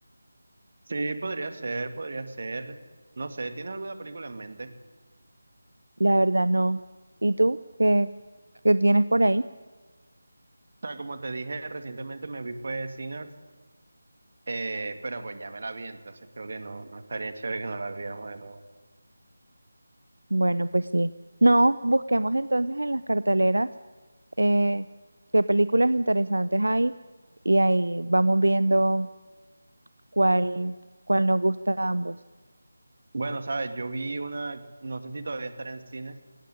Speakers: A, on the right; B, on the right.
A: Sí, podría ser, podría ser. No sé, ¿tienes alguna película en mente?
B: La verdad, no. ¿Y tú? ¿Qué, qué tienes por ahí?
A: O sea, como te dije, recientemente me vi fue Sinners, eh, pero pues ya me la vi, entonces creo que no, no estaría chévere que no la viéramos de nuevo.
B: Bueno, pues sí. No, busquemos entonces en las carteleras eh, qué películas interesantes hay y ahí vamos viendo cuál, cuál nos gusta a ambos.
A: Bueno, sabes, yo vi una, no sé si todavía estará en cines,